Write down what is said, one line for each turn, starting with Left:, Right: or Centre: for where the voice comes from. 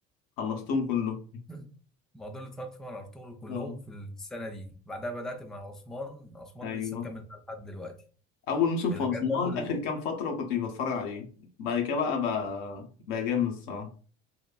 Left: خلصتهم كله
Centre: <clears throat> الموضوع اللي اتفرجت فيه على ارطغرل كلهم
Left: اه
Centre: في السنه دي بعدها بدات مع عثمان عثمان
Left: ايوه
Centre: لسه مكمل معاه لحد دلوقتي
Left: اول موسم
Centre: من
Left: في
Centre: الحاجات
Left: عثمان
Centre: برضو
Left: اخر كام فترة كنت بتفرج عليه بعد كده بقى بقى, بقى جامد الصراحة